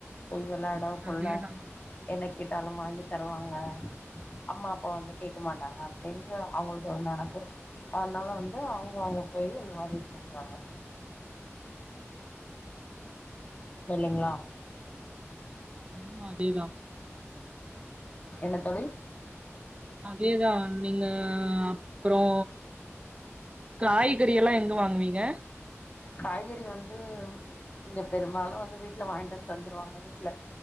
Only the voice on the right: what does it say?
அதேதான்.
உம் அதேதா
அதேதா நீங்க அப்றோ காய்கறி எல்லா எங்க வாங்குவீங்க